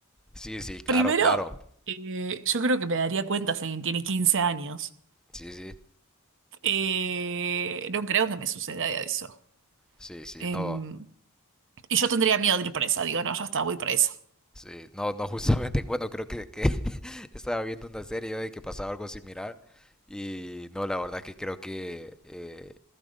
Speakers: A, in the centre; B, on the right.
A: Sí, sí, claro,
B: Primero,
A: claro.
B: eh, yo creo que me daría cuenta si alguien tiene 15 años.
A: Sí, sí.
B: Eh, no creo que me suceda eso.
A: Sí, sí,
B: Em,
A: no.
B: y yo tendría miedo de ir presa. Digo, no, ya está, voy presa.
A: Sí, no, no, <laughs> justamente, bueno, creo que, que <laughs> estaba viendo una serie yo de que pasaba algo similar y no, la verdad que creo que eh,